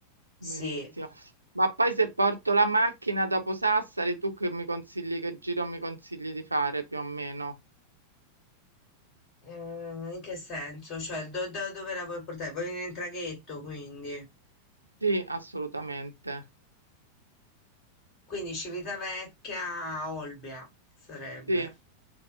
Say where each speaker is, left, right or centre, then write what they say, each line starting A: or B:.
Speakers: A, on the left; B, on the right.
A: Sì.
B: benissimo. Ma poi se porto la macchina dopo Sassari, tu che mi consigli, che giro mi consigli di fare più o meno?
A: Eh, in che senso? Cioè, do- da dove la vuoi portare? Vuoi venire in traghetto, quindi.
B: Sì, assolutamente.
A: Quindi Civitavecchia, Olbia sarebbe.
B: Sì,